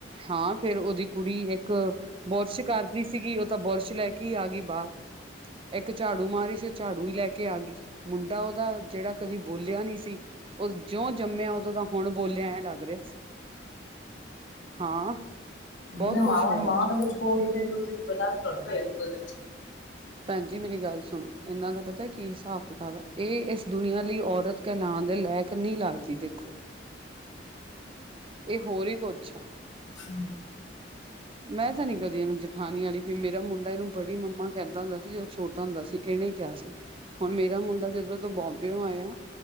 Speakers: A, on the right; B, on the left.
A: ਹਾਂ ਫੇਰ ਉਹਦੀ ਕੁੜੀ ਇੱਕ ਬੁਰਸ਼ ਕਰਦੀ ਸੀਗੀ, ਉਹ ਤਾ ਬੁਰਸ਼ ਲਏ ਕੇ ਈ ਆ ਗਈ ਬਾਹਰ। ਇੱਕ ਝਾੜੂ ਮਾਰ ਰਹੀ ਸੀ, ਉਹ ਝਾੜੂ ਹੀ ਲਏ ਕੇ ਆ ਗਈ, ਮੁੰਡਾ ਓਹਦਾ ਜਿਹੜਾ ਕਦੀ ਬੋਲਿਆ ਈ ਨੀ ਸੀ, ਉਹ ਜਿਉਂ ਜੰਮਿਆ ਓਹਦੋਂ ਦਾ ਹੁਣ ਬੋਲਿਆ ਐਂ ਲੱਗ ਰਿਹਾ ਸੀ। ਹਾਂ ਬਹੁਤ
B: ਹੰ
A: ਕੁਛ
B: ਮਾਂ
A: ਹੋਇਆ
B: ਮਾਂ ਨੂੰ ਕੁਛ ਕਹੋਗੇ ਤੇ ਫਿਰ ਓਹ ਤੇ ਫਿਰ <inaudible>
A: ਭੈਨ ਜੀ ਮੇਰੀ ਗੱਲ ਸੁਨੋ, ਇਹਨਾਂ ਦਾ ਪਤਾ ਹੈ ਕੀ ਹਿਸਾਬ ਕਿਤਾਬ ਆ, ਇਹ ਇਸ ਦੁਨੀਆਂ ਲਈ ਔਰਤ ਕਹਿਲਾਉਣ ਦੇ ਲਾਈਕ ਨਹੀਂ ਲੱਗਦੀ ਦੇਖੋ, ਇਹ ਹੋਰ ਹੀ ਕੁਛ ਆ।
B: ਹਮ
A: ਮੈਂ ਤਾ ਨੀ ਕਦੀ ਇਹਨੂੰ ਜੇਠਾਣੀ ਆਲੀ ਫੀਲ ਦਾ ਮੁੰਡਾ ਇਹਨੂੰ ਬੜੀ ਮੰਮਾ ਕਹਿੰਦਾ ਵੇ। <unintelligible> ਤੇ ਅਸੀ ਤੇ ਓਹਨੂੰ ਕਿਹਾ ਸੀ, ਹੁਨ ਮੇਰਾ ਮੁੰਡਾ ਜਦੋਂ ਤੋਂ <unintelligible> ਆਇਆ,